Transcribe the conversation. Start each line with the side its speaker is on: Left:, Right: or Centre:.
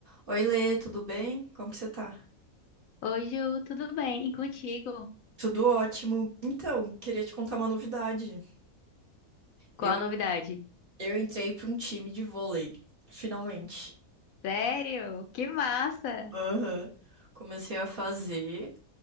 Right: Oi, Lê, tudo bem? Como que você tá?
Left: Oi, Ju, tudo bem? E contigo?
Right: Tudo ótimo. Então, queria te contar uma novidade.
Left: Qual
Right: Eu,
Left: a novidade?
Right: eu entrei para um time de vôlei, finalmente.
Left: Sério? Que massa!
Right: Aham. Comecei a fazer,